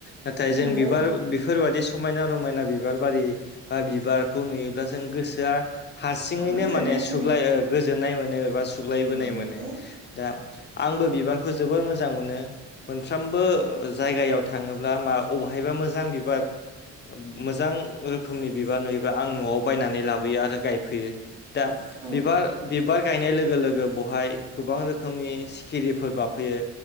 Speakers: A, on the left (about 35°); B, on the right (about 75°).
A: नाथाय जों
B: नंगौ
A: बि बेफोरबादि समायना रमायना बिबार बारि बा बिबार खौ नुयोब्ला जों गोसोआ हारसिङैनो
B: गोजोननाय
A: माने सुग्लाय
B: मोनो
A: गोजोन्नाय मोनो एबा सु थुग्लायबोनाय
B: औ नंगौ
A: मोनो दा आंबो बिबारखौ जोबोर मोजां मोनो। मोनफ्रोमबो ओ जायगायाव थाङोब्ला मा अबेहायबा मोजां बिबार ओ मोजां रोखोमनि बिबार नुयोब्ला आं न'आव बायनानै लाबोयो आरो गायफैयो। दा
B: औ
A: बिबार बिबार गायनाय लोगो लोगो बहाय गोबां रोखोमनि सिखिरिफोर बाफैयो